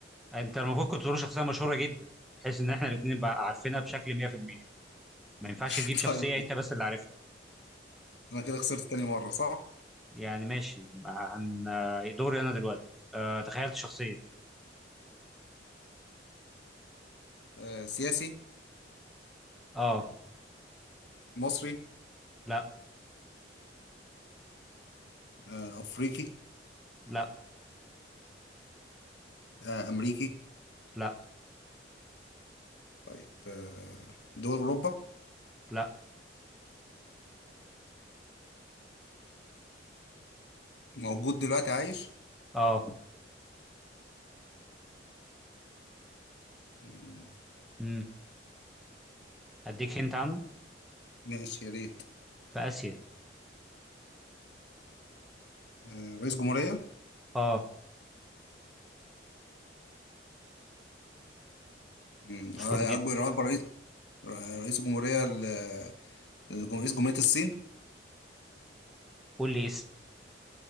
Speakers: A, in the centre; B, on the left (about 70°).
A: أنت المفروض كنت تقول شخصية مشهورة جدا بحيث إن إحنا الاتنين نبقى عارفينها بشكل 100% ما ينفعش
B: <laughs>
A: تجيب شخصية
B: طيب
A: أنت بس اللي عارفها
B: أنا كده خسرت تاني مرة صح؟
A: يعني ماشي هن آه، دوري انا دلوقتي آه تخيلت شخصية
B: آه، سياسي
A: اه
B: مصري
A: لا
B: آه، أفريقي
A: لا
B: آه، أمريكي
A: لا
B: طيب آه، دول أوروبا
A: لا
B: موجود دلوقتي عايش
A: اه
B: مم،
A: امم اديك هنت عنه
B: ماشي يا ريت
A: في اسيا
B: آه، رئيس جمهورية
A: اه
B: مم،
A: مشهور
B: آه،
A: جدا
B: أكبر أكبر رئيس رئيس جمهورية ل- لجم- رئيس جمهورية الصين
A: قول لي اسم